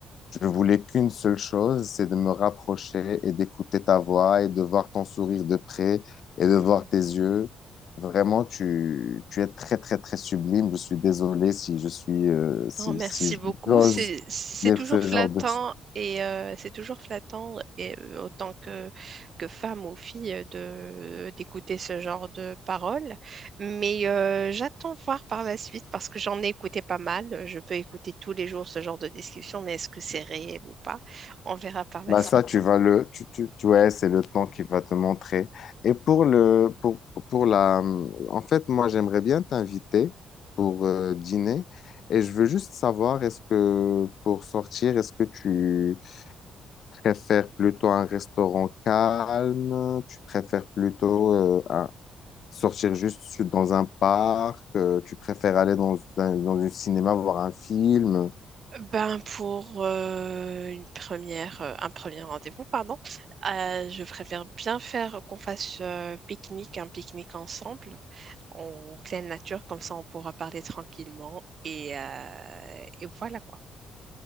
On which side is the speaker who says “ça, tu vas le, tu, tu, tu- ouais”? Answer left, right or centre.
Left